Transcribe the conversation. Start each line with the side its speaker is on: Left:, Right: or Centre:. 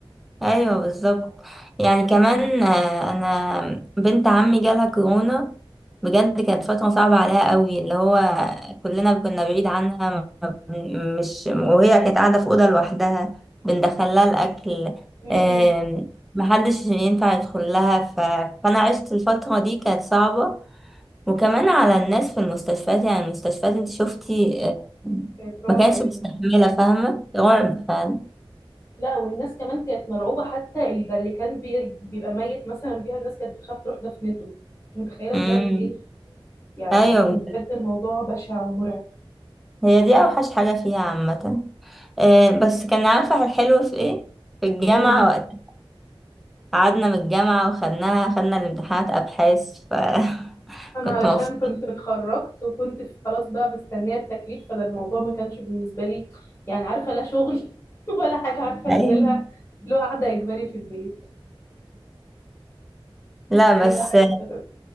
Centre: ايوه بالظبط يعني كمان آه، انا بنت عمي جالها كورونا بجد كانت فترة صعبة عليها قوي اللي هو كلنا كنا بعيد عنها ما بن- مش وهي كانت قاعدة في أوضة لوحدها بندخلها الأكل
Left: امم
Centre: آم، محدش ينفع يدخل لها ف... فأنا عشت الفترة دي كانت صعبة وكمان على الناس في المستشفيات يعني المستشفيات انت شفتي آه،
Left: كانت رعب
Centre: ما كانتش
Left: يا بنتي
Centre: مستحملة فاهمة رعب فعلا
Left: لا والناس كمان كانت مرعوبة حتى ال- ده اللي كان بي- بيبقى ميت مثلا بيها الناس كانت بتخاف تروح دفنته انت متخيلة
Centre: مم.
Left: لدرجة ايه يعني
Centre: ايوه
Left: كان بجد الموضوع بشع ومرعب
Centre: هي دي أوحش حاجة فيها عامة آه، بس كان عارفة الحلو في ايه في الجامعة
Left: امم
Centre: وقت قعدنا من الجامعة وخدناها خدنا الامتحانات أبحاث ف <laughs>
Left: انا
Centre: كنت
Left: علشان
Centre: مبسوطة
Left: كنت اتخرجت وكنت في- خلاص بقى مستنية التكليف فده الموضوع ما كانش بالنسبة لي يعني عارفة لا شغل <laughs> ولا حاجة عارفة انزلها
Centre: أيوة.
Left: لو قاعدة اجباري في البيت
Centre: لا
Left: فدي
Centre: بس
Left: بقى حاجة مستفزة